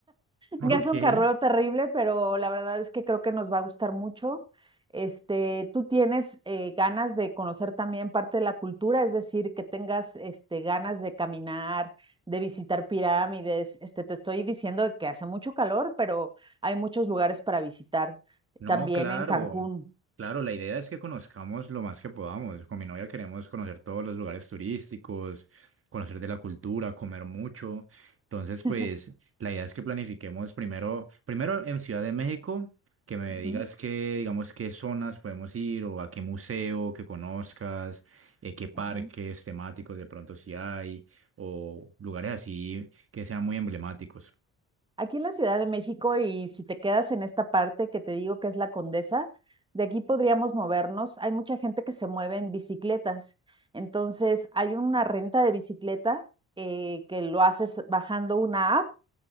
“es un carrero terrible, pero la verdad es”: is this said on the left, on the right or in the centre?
Right